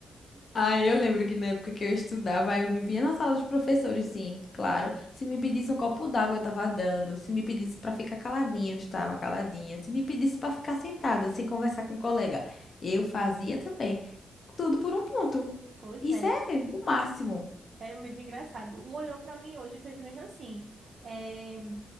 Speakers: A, on the left (about 35°); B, on the right (about 40°).
A: Ah, eu lembro que na época que eu estudava, eu vivia na sala dos professores, sim, claro. Se me pedisse um copo d'água, eu estava dando. Se me pedisse para ficar caladinha, eu estava caladinha. Se me pedisse para ficar sentada, sem conversar com o colega, eu fazia também. Tudo por um ponto.
B: pois
A: Isso
B: é.
A: é o máximo.
B: É muito engraçado. Um olhou para mim hoje e fez mesmo assim. É,